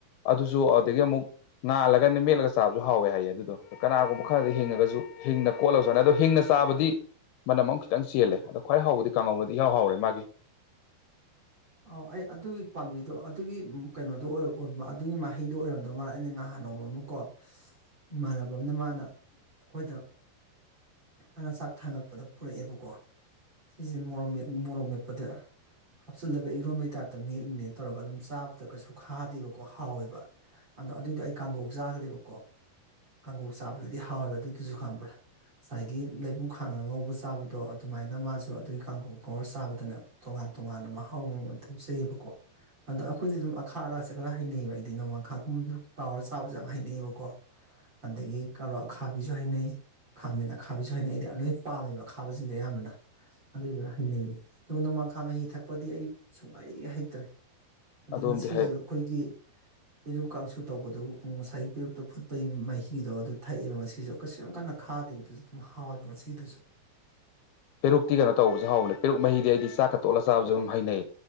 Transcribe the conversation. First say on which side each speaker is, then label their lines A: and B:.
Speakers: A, on the left; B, on the right.
A: ꯑꯗꯨꯁꯨ ꯑꯗꯨꯗꯒꯤ ꯑꯃꯨꯛ ꯉꯜꯂꯒꯅꯦ ꯃꯦꯠꯂꯒ ꯆꯥꯕꯁꯨ ꯍꯥꯎꯋꯦ ꯍꯥꯏꯌꯦ ꯑꯗꯨꯗꯣ ꯀꯅꯥꯒꯨꯝꯕ ꯈꯔꯗꯤ ꯍꯤꯡꯅꯒꯁꯨ ꯍꯤꯡꯅ ꯀꯣꯠꯂꯕ ꯆꯥꯅꯩ ꯑꯗꯣ ꯍꯤꯡꯅ ꯆꯥꯕꯗꯤ ꯃꯅꯝ ꯑꯃ ꯈꯤꯇꯪ ꯆꯦꯜꯂꯦ ꯑꯗꯣ ꯈ꯭ꯋꯥꯏ ꯍꯥꯎꯕꯗꯤ ꯀꯥꯡꯉꯧꯅꯗꯤ ꯏꯍꯥꯎ ꯍꯥꯎꯋꯦ ꯃꯥꯒꯤ
B: ꯑꯣ ꯑꯩ ꯑꯗꯨꯒꯤ ꯄꯥꯝꯕꯤꯗꯣ ꯑꯗꯨꯒꯤ ꯀꯩꯅꯣꯗꯣ ꯑꯣ ꯑꯣ ꯑꯗꯨꯒꯤ ꯃꯍꯩꯗꯣ ꯑꯣꯏꯔꯝꯗꯧ ꯃꯥꯜꯂꯦ ꯑꯩꯅ ꯉꯍꯥꯟ ꯅꯣꯡꯃꯃꯥ ꯀꯣ ꯏꯃꯥꯟꯅꯕ ꯑꯃꯅ ꯃꯥꯅ ꯑꯩꯈꯣꯏꯗ ꯃꯅꯥ ꯆꯥꯛ ꯊꯥꯡꯉꯛꯄꯗ ꯄꯨꯔꯛ ꯑꯦꯕꯀꯣ ꯁꯤꯖꯦ ꯃꯣꯔꯣꯛ ꯃꯦꯠ ꯃꯣꯔꯣꯛ ꯃꯦꯠꯄꯗ ꯍꯥꯞꯆꯜꯂꯒ ꯏꯔꯣꯝꯕꯩ ꯇꯥꯏꯞꯇ ꯃꯦꯠꯂꯤꯅꯦ ꯇꯧꯔꯒ ꯑꯗꯨꯝ ꯆꯥꯕꯗ ꯀꯩꯁꯨ ꯈꯥꯗꯦꯕꯀꯣ ꯍꯥꯎꯋꯦꯕ ꯑꯗꯣ ꯑꯗꯨꯗꯣ ꯑꯩ ꯀꯥꯡꯒꯧ ꯆꯥꯒ꯭ꯔꯦꯕꯀꯣ ꯀꯥꯡꯒꯧ ꯆꯥꯕꯗꯗꯤ ꯍꯥꯎꯋꯦꯕ ꯑꯗꯨꯗꯨꯖꯨ ꯈꯪꯕ꯭ꯔꯥ ꯉꯁꯥꯏꯒꯤ ꯂꯩꯕꯨꯡ ꯈꯥꯡ ꯉꯧꯔ ꯆꯥꯕꯗꯣ ꯑꯗꯨꯃꯥꯏꯅ ꯃꯥꯖꯨ ꯑꯗꯨꯒꯤ ꯀꯥꯡꯒꯧ ꯉꯧꯔ ꯆꯥꯕꯗꯅꯦ ꯇꯣꯉꯥꯟ ꯇꯣꯉꯥꯟꯅ ꯃꯍꯥꯎ ꯑꯃꯃꯝ ꯊꯣꯛꯆꯩꯌꯦꯕꯀꯣ ꯑꯗꯣ ꯑꯩꯈꯣꯏꯗꯤ ꯑꯗꯨꯝ ꯑꯈꯥ ꯑꯔꯥꯛꯁꯦ ꯈꯔ ꯍꯩꯅꯩꯌꯦꯕ ꯑꯩꯗꯤ ꯅꯣꯡꯃꯥꯡꯈꯥꯒꯨꯝꯕꯗ ꯇꯥꯎꯔꯒ ꯆꯥꯕꯖꯦ ꯌꯥꯝ ꯍꯩꯅꯩꯌꯦꯕꯀꯣ ꯑꯗꯥꯒꯤ ꯀꯔꯣꯠ ꯑꯈꯥꯕꯤꯁꯨ ꯍꯩꯅꯩ ꯈꯥꯃꯦꯟ ꯑꯈꯥꯕꯤꯖꯨ ꯍꯩꯅꯩ ꯑꯩꯗꯤ ꯂꯣꯏ ꯄꯥꯝꯃꯦꯕ ꯈꯥꯕꯁꯤꯡꯁꯦ ꯑꯌꯥꯝꯕꯅ ꯑꯗꯨꯗꯣ ꯍꯩꯅꯩꯌꯦ ꯑꯗꯨ ꯅꯣꯡꯃꯈꯥ ꯃꯍꯤ ꯊꯛ ꯄꯗꯤ ꯑꯩ ꯁꯨꯛꯍꯩ ꯍꯩꯇ꯭ꯔꯦ ꯑꯗꯩ
A: ꯑꯗꯣꯝꯗꯤ
B: ꯉꯁꯤꯖꯨ
A: ꯍꯦꯛ
B: ꯑꯩꯈꯣꯏꯒꯤ ꯄꯦꯔꯨꯛ ꯀꯥꯡꯁꯨ ꯇꯧꯕꯗꯨꯕꯨ ꯉꯁꯥꯏꯒꯤ ꯄꯦꯔꯨꯛꯇꯣ ꯐꯨꯠꯄꯒꯤ ꯃꯍꯤꯗꯣ ꯑꯗꯨ ꯊꯛꯑꯦꯕ ꯉꯁꯤꯖꯨ ꯀꯩꯁꯨ ꯌꯥꯝ ꯀꯟꯅ ꯈꯥꯗꯦꯕꯗꯨꯁꯨ ꯑꯗꯨꯝ ꯍꯥꯎꯋꯦꯕ ꯉꯁꯤꯒꯤꯗꯨꯁꯨ
A: ꯄꯦꯔꯨꯛꯇꯤ ꯀꯩꯅꯣ ꯇꯧꯕꯁꯨ ꯍꯥꯎꯕꯅꯦ ꯄꯦꯔꯨꯛ ꯃꯍꯤꯗꯤ ꯑꯩꯗꯤ ꯆꯥꯛꯀ ꯇꯣꯠꯂ ꯆꯥꯕꯁꯨ ꯑꯗꯨꯝ ꯍꯩꯅꯩ